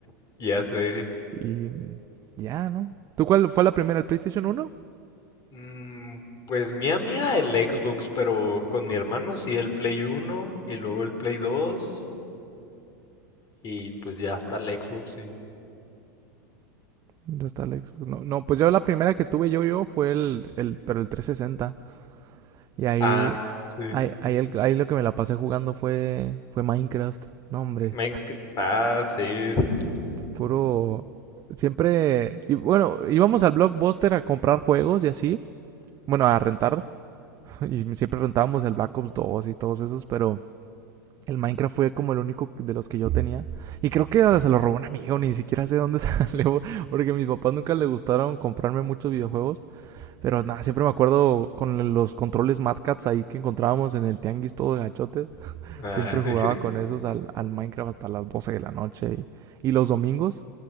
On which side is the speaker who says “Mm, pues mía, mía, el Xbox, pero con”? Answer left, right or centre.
Left